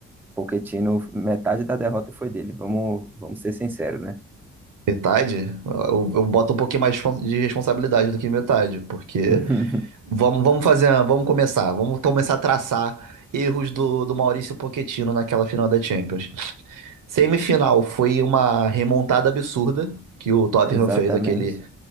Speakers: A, in the centre; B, on the right.
A: Pochettino, metade da derrota foi dele. Vamos, vamos ser sinceros, né?
B: Metade? Eu, eu boto um pouquinho mais respons- de responsabilidade do que metade, porque
A: <laughs>
B: vamos, vamos fazer, vamos começar, vamos começar a traçar erros do, do Maurício Pochettino naquela final da Champions. Semifinal foi uma remontada absurda que o Tottenham
A: Exatamente.
B: fez, aquele,